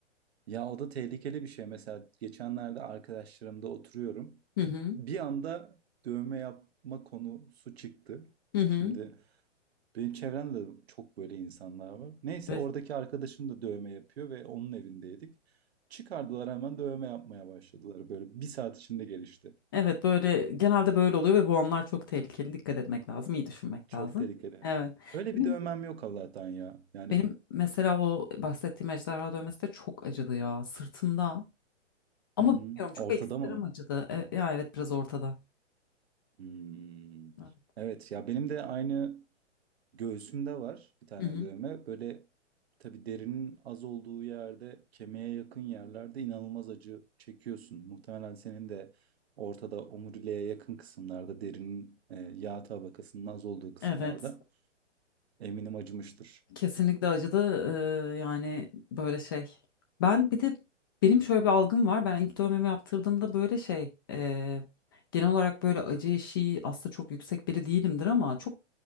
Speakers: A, on the right; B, on the left.
A: Ya o da tehlikeli bir şey. Mesela geçenlerde arkadaşlarımda oturuyorum.
B: Hı hı.
A: Bir anda dövme yapma konusu çıktı.
B: Hı hı.
A: Şimdi Benim çevremde de çok böyle insanlar var. Neyse
B: Evet,
A: oradaki arkadaşım da dövme yapıyor ve onun evindeydik. Çıkardılar hemen dövme yapmaya başladılar. Böyle bir saat içinde gelişti.
B: evet böyle genelde böyle oluyor ve bu anlar çok tehlikeli. Dikkat etmek lazım, iyi düşünmek
A: Çok
B: lazım.
A: tehlikeli.
B: Evet.
A: Öyle
B: Benim
A: bir dövmem yok Allah'tan ya. Yani
B: Benim mesela o bahsettiğim ejderha dövmesi de çok acıdı ya sırtımda. Ama
A: hı hı.
B: bilmiyorum çok
A: Ortada
B: ekstrem
A: mı?
B: acıdı. E, ya evet biraz ortada.
A: Hmm.
B: Evet.
A: Evet ya benim de aynı Göğsümde var bir tane
B: Hı hı.
A: dövme. Böyle tabii derinin az olduğu yerde, kemiğe yakın yerlerde inanılmaz acı çekiyorsun. Muhtemelen senin de ortada omuriliğe yakın kısımlarda, derinin e, yağ tabakasının az olduğu kısımlarda
B: Evet.
A: eminim acımıştır.
B: Kesinlikle acıdı. Ee, yani böyle şey. Ben bir de benim şöyle bir algım var. Ben ilk dövmemi yaptırdığımda böyle şey e, genel olarak böyle acı eşiği aslında çok yüksek biri değilimdir ama çok